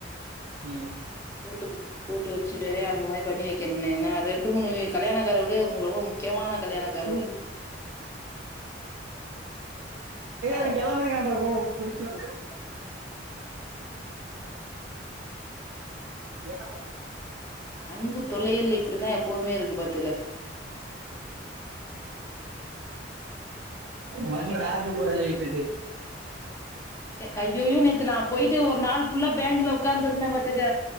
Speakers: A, on the right; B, on the left.
A: ம்
B: போட்டு போட்டு வெச்சுட்டு வேற அந்த மாரி பண்ணி வெக்கணும்ணே ஏனா ரெண்டு மூணு கல்யாணக்கார வீடு மு ரொம்ப மு க்மான கல்யாணோ அது
A: <inaudible> ஜயோ
B: அ
A: நா கெளம்புறேங்க அப்புற போ புடிச்சுட்ருக் <inaudible>
B: அன்பு தொல்லைகள் இப்படித்தா எப்போதுமே இருக்கு பாத்துக்க
A: <inaudible> மண்ணி காக்க போறது வீட்டுக்கு
B: டே அய்யொய்யோ நேத்து நா போய்ட்டு ஒரு நாள் ஃபுல்லா பேங்க்ல உக்காந்ட்ருந்த பாத்துக்க